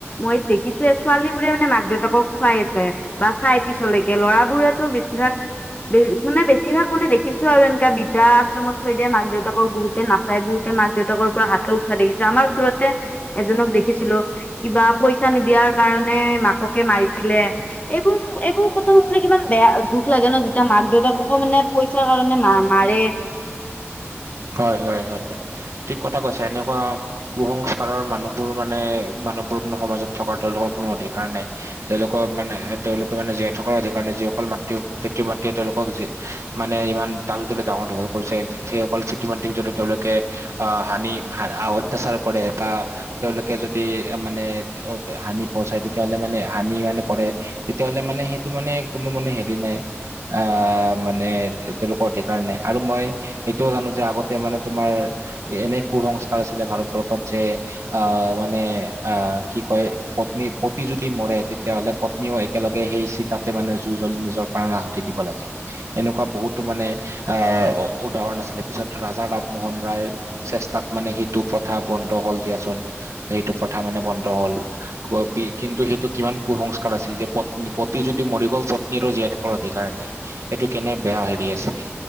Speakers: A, on the left (about 30°); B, on the right (about 85°).
A: মই দেখিছো এ ছোৱালী বোৰে মানে মাক দেউতাকক খুৱাই আছে৷ বা চাই পিছলৈকে ল'ৰাবোৰেতো বেছিভাগ ব মানে বেছিভাগ মানে দেখিছো আৰু এনেকা বৃদ্ধাশ্ৰমত থৈ দিয়ে মাক দেউতাকক বহুতে না চাই বহুতে মাক দেউতাকৰ পৰা হাতত উঠোৱা দেখিছিলো আমাৰ ওচৰতে এজনক দেখিছিলো কিবা পইচা নিদিয়াৰ কাৰণে মাককে মাৰিছিলে। এইবোৰ-এইবোৰ কথা শুনিলে কিমান বেয়া দুখ লাগে ন যেতিয়া মাক দেউতাককো মানে পইচাৰ কাৰণে মা মাৰে।
B: হয়-হয়-হয় ঠিক কথা কৈছ এনেকুৱা কুসংস্কাৰৰ মানুহবোৰ মানে মানুহবোৰ মানে সমাজত থকা তেওঁলোকৰ কোনো অধিকাৰ নাই। তেওঁলোকৰ মানে তেওঁলোকে মানে জীয়াই থকাৰ অধিকাৰ যিসকল মাতৃ পিতৃ মাতৃয়ে তেওঁলোকক জীয়ে মানে ইমান তালি তুলি ডাঙৰ দীঘল কৰিছে সেইসকল ইমান কিজনে তেওঁলোকে আহ হানি অত্যাচাৰ কৰে বা তেওঁলোকে যদি মানে হানি বচাই তেতিয়াহলে মানে হানি মানে কৰে তেতিয়াহ'লে মানে সেইটো মানে কোনো মানে হেৰি নাই৷ আহ মানে তেওঁলোকৰ অধিকাৰ নাই আৰু মই এইটোও জানো যে আগতে মানে তোমাৰ এনে কুসংস্কাৰ আছিলে ভাৰতবৰ্ষত যে অ মানে আ কি কয় পত্নী পতি যদি মৰে তেতিয়াহ'লে পত্নীও একেলগে সেই চিতাতে মানে জুই জ্বলি নিজক প্ৰাণ আহুতি দিব লাগে এনেকুৱা বহুতো মানে আহ উদাহৰণ আছিলে৷ পিছত ৰাজা ৰামমোহন ৰায়ৰ চেষ্টাত মানে সেইটো প্ৰথা বন্ধ হল দিয়াচোন৷ সেইটো প্ৰথা মানে বন্ধ হ'ল৷ ক কি কিন্তু সেইটো কিমান কুসংস্কাৰ আছিল যে পত্নী পতি যদি মৰি গ'ল প পত্নীৰো জীয়াই থকাৰ অধিকাৰ নাই এইটো কেনে বেয়া হেৰি আছিলে